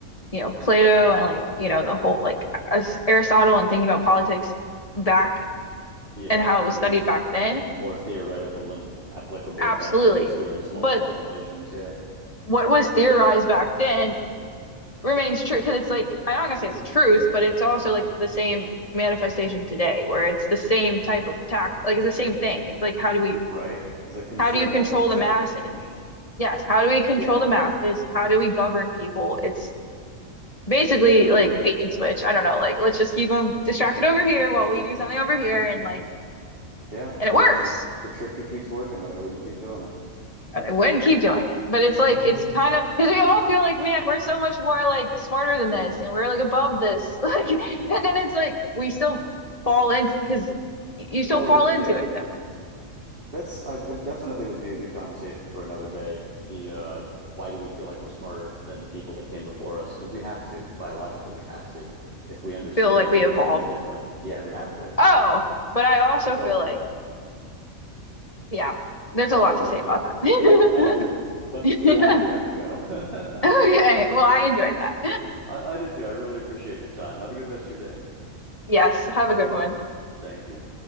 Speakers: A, on the left; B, on the right.
A: you know Plato and like you know the whole like as Aristotle and thinking about politics back
B: yeah.
A: and how it
B: When
A: was studied
B: it was
A: back then,
B: more theoretical and applicable
A: absolutely.
B: at that point, just due to smaller
A: But
B: populations. Yeah,
A: what was theorized back then remains true because it's like I'm not gonna say it's truth, but it's also like the same manifestation today where it's the same type of tact, like it's the same thing. It's like how do we
B: right. The control
A: how do you
B: methods
A: control the
B: haven't
A: masses?
B: changed.
A: Yes, how do we control
B: Yeah,
A: the masses? How do we govern people? It's basically
B: yeah.
A: like bait and switch. I don't know, like let's just keep them distracted over here while we do something over here and like
B: Yeah,
A: and
B: and
A: it works.
B: that's the, the trick that keeps working, or they wouldn't keep doing it.
A: And I wouldn't keep doing it. But it's
B: <laughs>
A: like it's kind of because we all feel like, man, we're so much more like smarter than this and we're like above this. <laughs> Like and then it's like we still fall into because you still
B: Oh
A: fall
B: yeah,
A: into it though.
B: that's I, I definitely would be a good conversation for another day. The uh, why do we feel like we're smarter than the people that came before us? Because we have to biologically, we have to. If we understood
A: You feel like
B: that we
A: we
B: weren't
A: evolved.
B: any different, yeah, we have to.
A: Oh, but I also
B: But
A: feel like, yeah, there's
B: but
A: a
B: I
A: lot
B: don't
A: to
B: know
A: say
B: if that's
A: about that.
B: yeah, I agree. But
A: <laughs>
B: for
A: Yeah.
B: now, I do have to go. <laughs>
A: Okay, well, I enjoyed that.
B: I, I did too. I really appreciate your time. Have a good rest of your day.
A: Yes, have a good one.
B: Thank you.